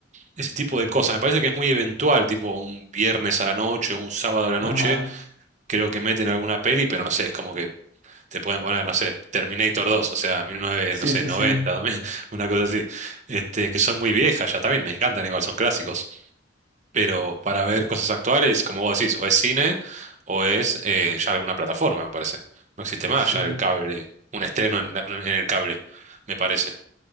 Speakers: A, on the right (about 40°); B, on the right (about 65°).
A: ese tipo de cosas. Me parece que es muy eventual, tipo un viernes a la noche o un sábado a la
B: Ajá.
A: noche creo que meten alguna peli, pero no sé, es como que te pueden poner, no sé, Terminator dos o sea, 19,
B: Sí,
A: no sé,
B: sí,
A: 90,
B: sí.
A: <laughs> una cosa así, este, que son muy viejas ya también, me encantan igual, son clásicos, pero para ver cosas actuales, como vos decís, o es cine o es eh, ya alguna plataforma, me parece. No existe más
B: Sí.
A: ya el cable, un estreno en, la- en el cable, me parece.